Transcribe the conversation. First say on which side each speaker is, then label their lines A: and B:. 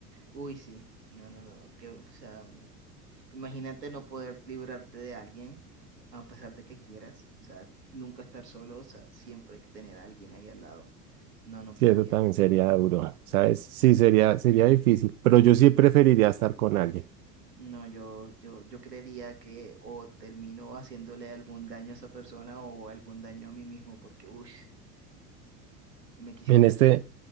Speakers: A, on the right; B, on the right.
A: Uy, sí. No, no, no. Que, o sea. Imagínate no poder librarte de alguien a pesar de que quieras. O sea, nunca estar solo, o sea, siempre tener a alguien ahí al lado. No, no
B: sí,
A: podría.
B: eso también sería duro, ¿sabes? Sí, sería, sería difícil, pero yo sí preferiría estar con alguien.
A: No, yo, yo, yo creería que o termino haciéndole algún daño a esa persona o algún daño a mí mismo porque, uff, me quisiera...
B: En este,
A: Ujú.